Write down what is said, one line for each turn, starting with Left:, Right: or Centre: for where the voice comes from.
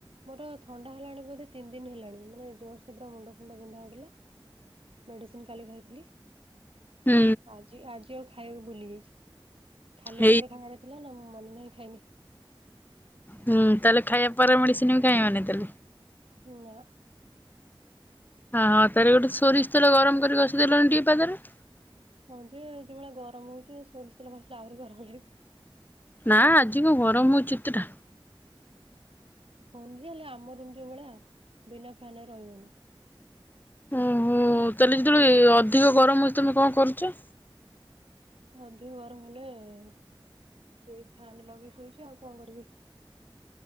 Right: ମୋର ଥଣ୍ଡା ହେଲାଣି ବୋଧେ ତିନି ଦିନ ହେଲାଣି ମାନେ ଜୋରସେ ପୁରା ମୁଣ୍ଡ ଫୁଣ୍ଡ ବିନ୍ଧା ହଉଥିଲା। ମେଡ଼ିସିନ୍ କାଲି ଖାଇଥିଲି।
Left: ହୁଁ।
Right: ଜି-ଆଜି ଆଉ ଖାଇବାକୁ ଭୁଲି ଯାଇଛି। ଖାଲି
Left: ହେଇ
Right: ପେଟରେ ଖାଇବାର ଥିଲା ନା ମୁଁ ମନେ ନାହିଁ ଖାଇନି।
Left: ହୁଁ, ତାହେଲେ ଖାଇବା ପର ମେଡିସିନ୍ ବି ଖାଇବନି ତାହେଲେ?
Right: ନା।
Left: ହଁ, ହଁ ତାହେଲେ ଗୋଟେ ସୋରିଷ ତେଲ ଗରମ କରି ଘଷି ଦେଲଣି ଟିକେ ପାଦରେ।
Right: ହଁ ଯେ ଯୋଭଳିଆ ଗରମ ହଉଛି ଏ ସୋରିଷ ତେଲ ଘଷିଲେ ଆହୁରି ଗରମ ଲାଗିବ।
Left: ନା ଆଜି କଣ ଗରମ ହଉଛି ଏତେଟା।
Right: ହଁ ଯେ ହେଲେ ଆମ ରୁମ୍ ଯୋଉ ଭଳିଆ ବିନା ଫ୍ୟାନ୍ ରେ ରହି ହଉନି।
Left: ଓହୋ! ତାହେଲେ ଯେତେବେଳେ ଏ ଅଧିକ ଗରମ ହଉଛି ତୋମେ କଣ କରୁଛ?
Right: ଅଧିକ ଗରମ ହେଲେ ସେଇ ଫ୍ୟାନ୍ ଲଗେଇ ଶୁଉଛି ଆଉ କଣ କରିବି।